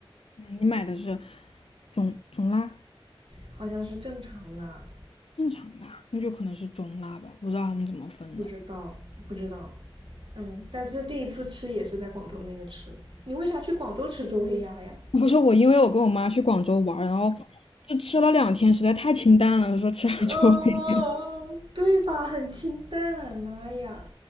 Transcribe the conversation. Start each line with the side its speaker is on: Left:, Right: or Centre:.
Left: 嗯，你买的是中中辣、
Right: 好像是正常辣，
Left: 正常辣，那就可能是中辣吧，不知道他们怎么分的。
Right: 不知道不知道，嗯，但是第一次吃也是在广州那个吃，你为啥去广州吃周黑鸭呀？
Left: 不是我，因为我跟我妈去广州玩儿然后就吃了两天，实在太清淡了，说吃点周黑
Right: 嗯，对吧？很清淡，妈呀！